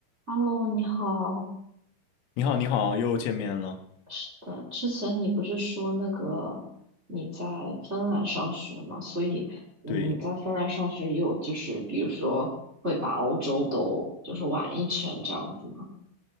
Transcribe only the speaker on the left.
你好，你好，又见面了。
对，